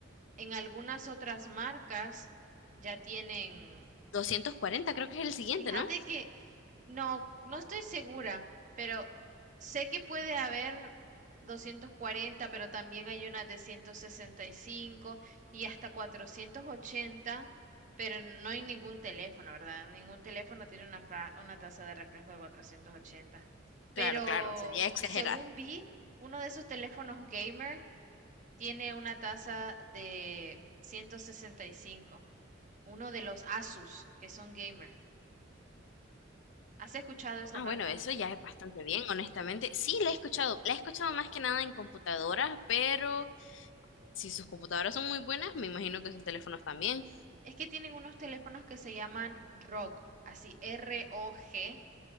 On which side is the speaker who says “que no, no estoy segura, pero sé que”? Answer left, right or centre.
Right